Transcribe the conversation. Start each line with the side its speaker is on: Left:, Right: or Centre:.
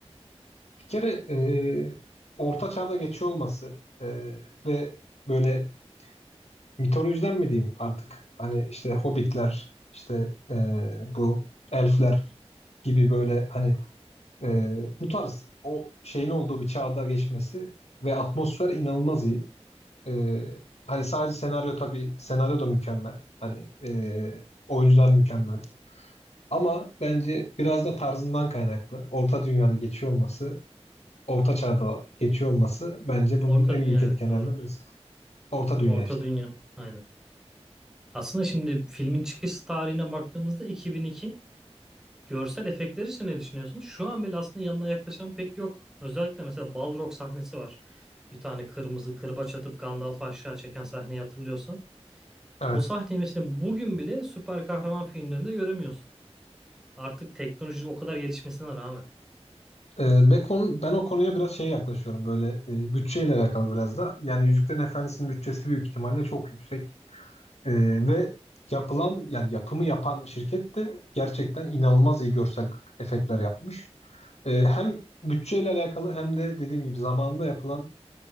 Left: Bir kere e, Orta Çağ'da geçiyor olması e, ve böyle mitolojiden mi diyeyim artık hani işte hobbitler işte e, bu elfler gibi böyle hani e, bu tarz o şeyin olduğu bir çağda geçmesi ve atmosfer inanılmaz iyi. E, hani sadece senaryo tabii senaryo da mükemmel. Hani e, oyuncular mükemmel. Ama bence biraz da tarzından kaynaklı. Orta dünyada geçiyor olması, orta çağda geçiyor olması bence bunun
Centre: Orta
Left: en
Centre: Dünya
Left: büyük etkenlerinden
Centre: evet doğru.
Left: birisi. Orta dünya
Centre: Orta
Left: işte.
Centre: Dünya aynen. Aslında şimdi filmin çıkış tarihine baktığımızda 2002. Görsel efektler için ne düşünüyorsun? Şu an bile aslında yanına yaklaşan pek yok. Özellikle mesela Balrog sahnesi var. Bir tane kırmızı kırbaç atıp Gandalf'ı aşağı çeken sahneyi hatırlıyorsan.
Left: Evet.
Centre: O sahneyi mesela bugün bile süper kahraman filmlerinde göremiyorsun. Artık teknoloji o kadar gelişmesine rağmen.
Left: Ee, ve konu, ben o konuya biraz şey yaklaşıyorum böyle e, bütçeyle alakalı biraz da. Yani Yüzüklerin Efendisi'nin bütçesi büyük ihtimalle çok yüksek. Ee, ve yapılan yani yapımı yapan şirket de gerçekten inanılmaz iyi görsel efektler yapmış. Ee, hem bütçeyle alakalı hem de dediğim gibi zamanında yapılan